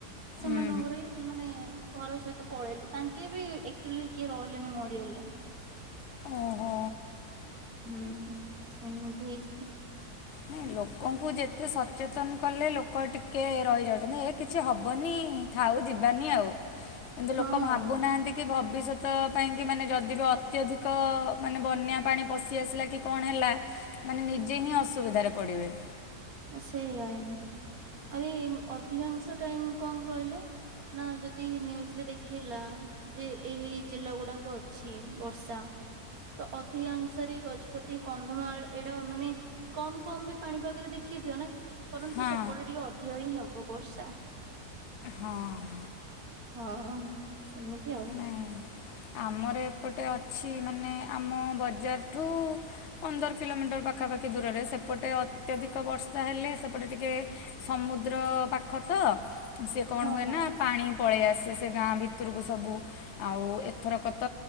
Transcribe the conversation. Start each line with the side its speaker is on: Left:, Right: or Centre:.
Right: ସେମାନଙ୍କର
Left: ଉଁ
Right: ହିଁ ସେମାନେ ଘର ସହିତ ପଳେଇଲେ। ତାଙ୍କେ ବି ଏକ୍ଚୁଆଲି କିଏ ରହିଲେନି, ମରିଗଲେ।
Left: ଓହୋ।
Right: ହୁଁ ସେମିତି ହେଇଛି।
Left: ନାଇଁ ଲୋକଙ୍କୁ ଯେତେ ସଚେତନ କଲେ ଲୋକ ଟିକେ ରହିଯାଉଚନ୍ତି ହେ କିଛି ହବନି। ଥାଉ ଯିବାନି ଆଉ କିନ୍ତୁ
Right: ହଁ
Left: ଲୋକ ଭାବୁନାହାନ୍ତି କି ଭବିଷ୍ୟ ତ ପାଇଁ କି ମାନେ ଯଦି ବି ଅତ୍ୟଧିକ ମାନେ ବନ୍ୟା ପାଣି ପଶି ଆସିଲା କି କଣ ହେଲା। ମାନେ ନିଜେ ହିଁ ଅସୁବିଧାରେ ପଡ଼ିବେ।
Right: ଆଉ ସେଇଆ ହିଁ ଅଧି ଅଧିକାଂଶ ଟାଇମ କଣ କହିଲେ ନା ଯଦି ନିୟୁଜରେ ଦେଖେଇଲା ଯେ ଏହି ଜିଲ୍ଲା ଗୁଡାକୁ ଅଛି ବର୍ଷା। ତ ଅଧିକାଂଶ ରେ ଗଛ ପତି କନ୍ଧମାଳ ଏଇଟା ମାନେ କମ କମ ବି ପାଣିପାଗରେ ଦେଖେଇଥିବ ନା। କରନ୍ତୁ
Left: ହଁ
Right: ସେପଟେ ଟିକେ ଅଧିକ ହିଁ ହବ ବର୍ଷା।
Left: ହଁ
Right: ହଁ ସେମିତି ଆଉ।
Left: ନାଇଁ ଆମର ଏପଟେ ଅଛି ମାନେ ଆମ ବଜାରଠୁ ପନ୍ଦର କିଲୋମିଟର ପାଖାପା ଟିକେ ଦୂରରେ ସେପଟେ ଅତ୍ୟଧିକ ବର୍ଷା ହେଲେ ସେପଟେ ଟିକେ ସମୁଦ୍ର ପାଖ ତ। ସିଏ କଣ
Right: ହଁ
Left: ହୁଏ
Right: ହଁ
Left: ନା ପାଣି ପଳେଇ ଆସେ ସେ ଗାଁ ଭିତୁରୁକୁ ସବୁ। ଆଉ ଏଥରକ ତ